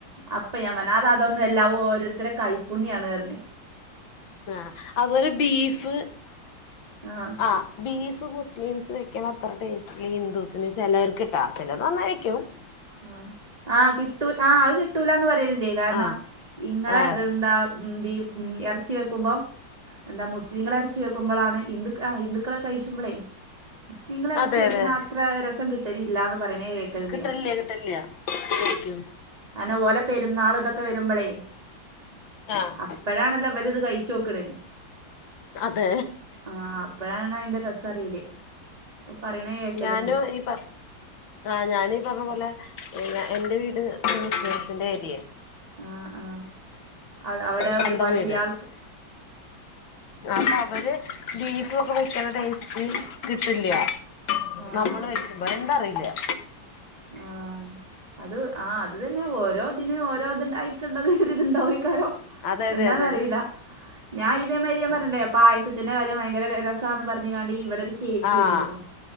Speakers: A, on the right; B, on the left.
A: അപ്പ ഞാൻ പറഞ്ഞ് അത് അതൊന്നും അല്ല അത് ഓരോരുത്തരെടെ കൈപ്പുണ്യാണ് റഞ്ഞ്
B: ആഹ അതുപോലെ ബീഫ്
A: ആ
B: ആഹ ബീഫ് മുസ്ലിംസ് വെക്കാണത്ര ടേസ്റ്റ് ഇല്ല ഹിന്ദുസ് പിന്നെ ചിലർക്ക് ട്ടാ ചിലത് നന്നായിരിക്കും.
A: ആഹ ആഹ് കിട്ടൂ ആഹ് അത് കിട്ടൂലന്ന് പറയലണ്ട് കാരണം
B: ആഹ്
A: ഇങ്ങളെ
B: ആഹ്
A: എന്താ ഉം ഉ ബീഫ് ഇറച്ചി വെക്കുമ്പോം എന്താ മുസ്ലിങ്ങളെ ഇറച്ച് െകുമ്പോളാണ് ഹിന്ദു ആഹ ഹിന്ദുക്കളെ കഴിച്ചുമ്പോളേ മുസ്ലിംങ്ങളെ ഇറച്ച്ച
B: അതെ
A: വെക്കാണത്ര
B: അതെ
A: രസം കിട്ടലില്യ എന്ന് പറയണേ കേക്കല്ണ്ട്
B: കിട്ടൽല്ല്യാ
A: ഞാൻ
B: കിട്ടൽല്ല്യാ ശെരിക്കും
A: അതെന്നേ ഓലെ പെര്ന്നാള് തൊക്കെ വെരുമ്പളേ
B: ആഹ്
A: അപ്പഴാണല്ലോ ഇവെര്ത് കഴിച്ചോക്ക്ണ്
B: അതേ
A: ആഹ് അപ്പഴാണ് അയ്ന്റെ രസറ്യേല് പ്പം പറയ്ണെ കേക്കെല്ണ്ട്
B: ഞാനും ഈ പറ ആഹ് ഞാനീ പർഞ്ഞ പോലെ ഞാ എന്റെ വീട് മുസ്‌ലീംസ്ന്റെ ഏരിയെ
A: ആഹ് ആഹ് അവടെ
B: ഏത് സ്വന്തം
A: ഒരുപാട്
B: വീട്
A: ഇല്ല്യ ആൾക്ക്
B: അപ്പ അവര് ബീഫാെക്കെ വെക്ക്ണ ടേയ്സ്റ്റ് കിട്ടില്ല്യാ
A: ആഹ്
B: നമ്മള് വെയ്ക്കുമ്പം എന്താ അറിയില്ല്യാ
A: ആഹ് അത് ആഹ് അത് തന്നെ ഒരോ തിന് ഓരോ ത്ണ്ടായി ട്ട്ള്ളെത് ഒര്ത്ണ്ടാവെയ്ക്കാരം
B: അതെ അതെ
A: എന്താന്നറീല്ലാ
B: അതെ
A: ഞാൻ ഇതേമായ്രി ഞാൻ
B: ആ
A: പർഞ്ഞില്ലേ പായസത്തിന്റെ കാര്യം ഭയങ്കര ടെ രസാന്ന് പർഞ്ഞ്കാണ്ട് ഈവെടെ ര് ചേച്ചി
B: ആഹ്
A: വന്നിര്ന്നു